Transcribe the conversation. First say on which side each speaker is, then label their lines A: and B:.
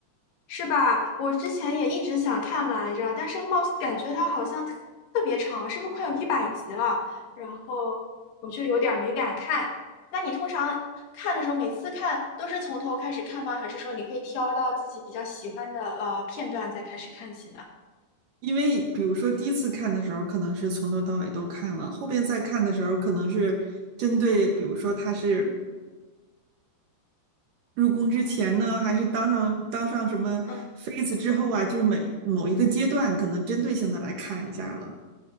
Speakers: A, on the left; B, on the right.
A: 是吧？我之前也一直想看来着，但是貌似感觉它好像特特别长，是不是快有一百集了？然后我就有点儿没敢看。那你通常看的时候，每次看都是从头开始看吗？还是说你会挑到自己比较喜欢的呃片段再开始看起呢？
B: 因为比如说第一次看的时候，可能是从头到尾都看了，后边再看的时候，可能是针对，比如说他是入宫之前呢，还是当上当上什么妃子之后啊，
A: 嗯。
B: 就是每某一个阶段，可能针对性的来看一下了。